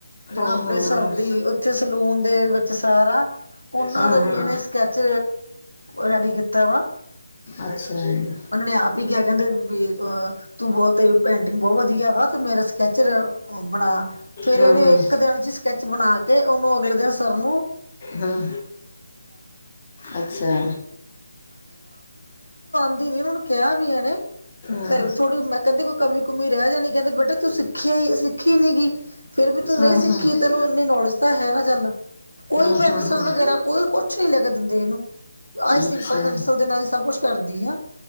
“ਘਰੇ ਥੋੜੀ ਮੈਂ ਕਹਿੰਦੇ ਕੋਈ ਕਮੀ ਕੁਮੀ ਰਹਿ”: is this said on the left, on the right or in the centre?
Left